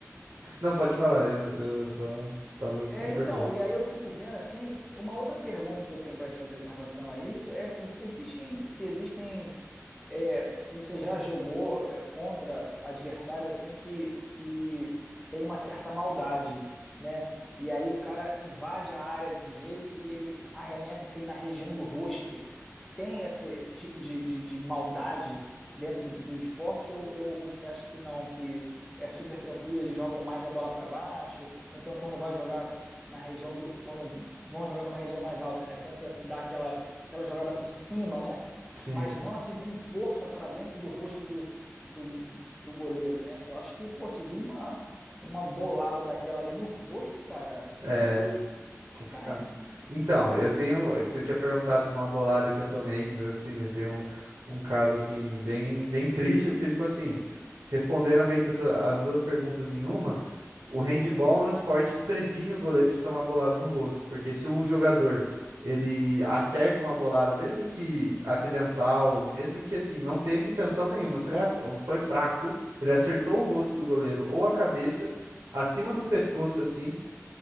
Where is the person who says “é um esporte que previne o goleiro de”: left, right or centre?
Right